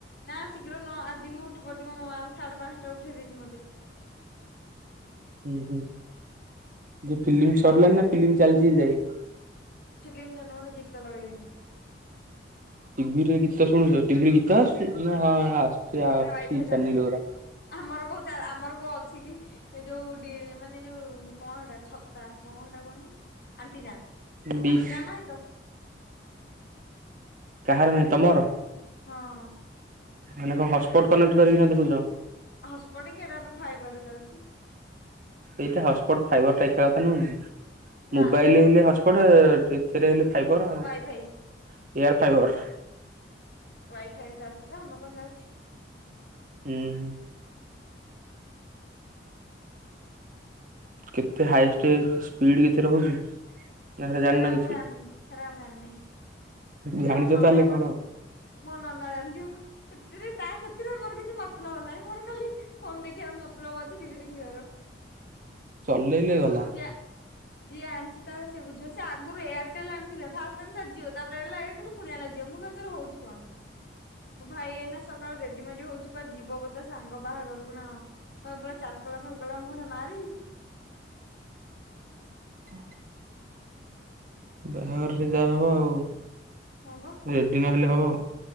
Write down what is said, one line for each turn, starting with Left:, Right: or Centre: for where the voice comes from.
Left: ନା ଶୀଘ୍ର ନ ଆଜି ବି ଉଠି ପଡିଛି ମୋ ମାଁ ସାଢେ ପାଞ୍ଚଟା ଉଠେଇ ଦେଇଛି ମତେ।
Right: ହୁଁ ହୁଁ ଯେ ଫିଲ୍ମି ସରିଲାଣିି ନା ଫିଲ୍ମି ଚାଲିଛି ଏଯାଏଁ?
Left: ଫିଲ୍ମଟା ନୁହେଁ ଗୀତ ଲଗେଇ ଦେଇଛି।
Right: ଟିଭିରେ ଗୀତ ଶୁଣୁଛ ଟିଭିରେ ଗୀତ ଆସୁଛି। ନା ହଁ ଆସୁଛି ଆସୁଛି
Left: ଆରେ ୱାଇଫାଇ ଚାଲିଛି
Right: ଚେନାଲ୍ ଗୁଡା।
Left: ଆମର କୋଉ ଚା ଆମର କୋଉ ଅଛି କି? ଏଇ ଯୋଉ ଡି ମାନେ ଯୋଉ କଣ ଏଟା ଛତା କଣ ସେଟା କହନ୍ତି ଆଣ୍ଟିନା।
Right: ଡିସ୍
Left: ଆଣ୍ଟିନା ନାହିଁ ତ?
Right: କାହାର ନାହିଁ ତମର?
Left: ହଁ।
Right: ମାନେ କଣ ହଟସ୍ପଟ କନେକ୍ଟ କରିକିନା ଦେଖୁଛ?
Left: ହସ୍‌ପଟ କି ଏଇଟା ଆମର ଫାଇବର ଚାଲିଛି।
Right: ସେଇଟା ହସ୍‌ପଟ ଫାଇବରଟା ଏକା କଥା ନୁହଁକି
Left: ନା
Right: ମୋବାଇଲ ହେଲେ ହସ୍‌ପଟ। ସେଥିରେ ହେଲେ ଫାଇବର ଆଉ
Left: ୱାଇ
Right: ଏୟାର
Left: ଫାଇ
Right: ଫାଇବର।
Left: ୱାଇଫାଇରେ ଚାଲିଛି ତ ଆମ କଣ ଯାଉଛି।
Right: ହୁଁ ହୁଁ। କେତେ ହାଇ ଷ୍ଟେପ୍ ସ୍ପିଡ କେତେ ରହୁଛି? ନା ଜାଣିନ
Left: ହେରା ମୁଁ
Right: କିଛି
Left: ଜାଣିନି ହେରା ମୁଁ ଜାଣିନି? ଏଟା
Right: ଜାଣିଛ
Left: ମୋ ନନା
Right: ତାହେଲେ କଣ
Left: ପ ମୋ ନନା ଜାଣିଥିବ? ସେଥିରେ ତା ସେଥିରେ ମୋର କିଛି ମତଲବ ନାହିଁ। ମୋର ଖାଲି ଫୋନ ଦେଖିବାର ମତଲବ ଅଛି। ଟିଭି ଦେଖିବାର
Right: ଚଲେଇଲେ ଗଲା
Left: ଯା। ଯିଏ ଆଣିଛି ତାର ସିଏ ବୁଝିବ। ସେ ଆଗରୁ ଏୟାରଟେଲ ଆଣିଥିଲା ଫାଷ୍ଟ ଆଣିଲିଅ ଜିଓ ତା କାଇଁ ଆଣିଥିଲୁ ପୁଣି ଆଣିଲା ଜିଓ। ମୁଁ ତରେ ହଉଛି କଣ? ମୋ ଭାଇ ଏଇନା ସକାଳୁ ରେଡିମେଡି ହଉଛି କୁଆଡ ଯିବ ବୋଧେ ତା ସାଙ୍ଗ ବାହାଘରକୁ ନା ଆଉ। ହଁ ପୁରା ଚାର ପଲା ଫାର ପଲା ମୁହଁରେ ମାରି।
Right: ଆଜ୍ <inaudible> ବାହାଘରରେ ଯାହାହବ ଆଉ।
Left: ହଁ ବା।
Right: ରେଡି ନହେଲେ ହବ?